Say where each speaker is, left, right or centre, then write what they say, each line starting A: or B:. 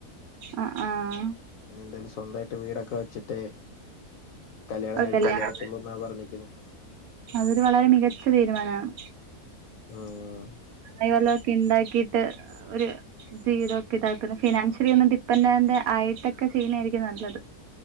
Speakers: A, on the right (about 75°); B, on the left (about 70°).
A: ആഹ് ആഹാ
B: ഇനിന്തായാലും സ്വന്തായിട്ട് വീടൊക്കെ വെച്ചിട്ടെ കല്ല്യാണം
A: ഒരു
B: കഴിപ്പിച്
A: കല്യാണം
B: തരത്തുള്ളൂ. ന്നാ പറഞ്ഞേക്കുന്നേ.
A: അതൊരു വളരെ മികച്ച തീരുമാനണ്.
B: ആഹ്
A: കായി വല്ലതൊക്കെ ഇണ്ടാക്കിട്ട് ഹ് ഒരു. ജീവിതം ഓക്കെ ഇതാക്കന്ന് ഫിനാൻഷ്യലി ഒന്ന് ഡിപ്പെൻഡൻറ് ആയിട്ടൊക്കെ ചെയ്യിണായിരിക്കും നല്ലത്.